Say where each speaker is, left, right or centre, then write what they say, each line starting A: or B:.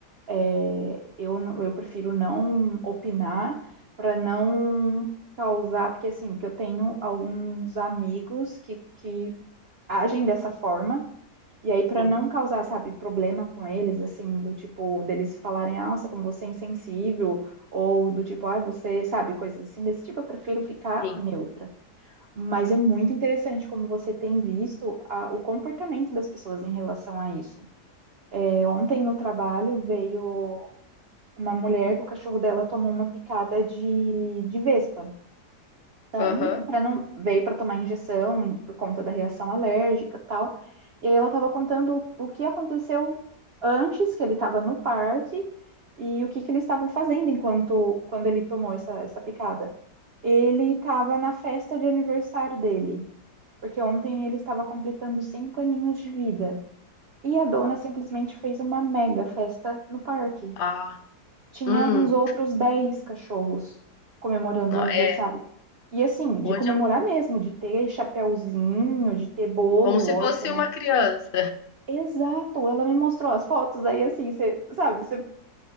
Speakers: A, on the right; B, on the left.
A: É, eu, não- eu prefiro não opinar para não causar, porque assim, que eu tenho alguns amigos que, que agem dessa forma, e aí para
B: Sim,
A: não causar, sabe, problema com eles, assim, do tipo, deles falarem, ah, nossa, como você é insensível, ou do tipo, ah, você, sabe, coisas assim desse tipo, eu prefiro ficar
B: sim.
A: neutra. Mas é muito interessante como você tem visto a- o comportamento das pessoas em relação a isso. É, ontem no trabalho veio uma mulher que o cachorro dela tomou uma picada de, de vespa. Então,
B: Aham.
A: para não veio para tomar injeção em- por conta da reação alérgica, e tal. E aí ela estava contando o o que aconteceu antes que ele estava no parque e o que que ele estava fazendo enquanto quando ele tomou essa essa picada. Ele estava na festa de aniversário dele, porque ontem ele estava completando cinco aninhos de vida. E a dona simplesmente fez uma mega festa no parque
B: Ah,
A: tinha
B: hum.
A: uns outros 10 cachorros comemorando
B: Não,
A: o aniversário.
B: é,
A: E assim, de
B: hoje
A: comemorar
B: é
A: mesmo, de ter chapéuzinho, de ter bolo,
B: como se
A: lógico,
B: fosse
A: né?
B: uma criança.
A: Exato, ela me mostrou as fotos, aí assim, você sabe, você